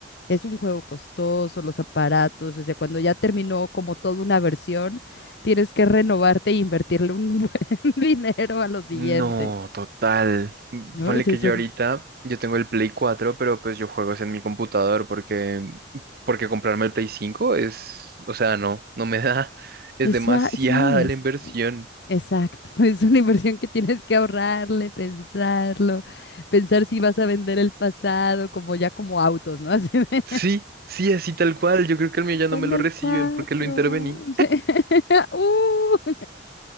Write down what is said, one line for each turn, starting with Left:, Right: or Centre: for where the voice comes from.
Left: Es un juego costoso, los aparatos, o sea, cuando ya terminó como toda una versión, tienes que renovarte e invertirle un <laughs> buen dinero a lo siguiente,
Right: No, total. Mm,
Left: ¿no?
Right: Ponle
Left: O sea,
Right: que
Left: es
Right: yo
Left: un-
Right: ahorita, yo tengo el Play 4, pero pues yo juego es en mi computador porque, porque comprarme el Play 5 es, o sea, no, no me da, es
Left: esa,
Right: demasiada
Left: sí, es
Right: la inversión.
Left: e- exacto, <laughs> es una inversión que tienes que ahorrarle, pensarlo, pensar si vas a vender el pasado, como ya como autos, ¿no? <laughs> Así de,
Right: Sí, sí, así tal cual. Yo creo que el mío ya no
Left: vendo
Right: me lo reciben
Left: el 4,
Right: porque lo intervení.
Left: <laughs>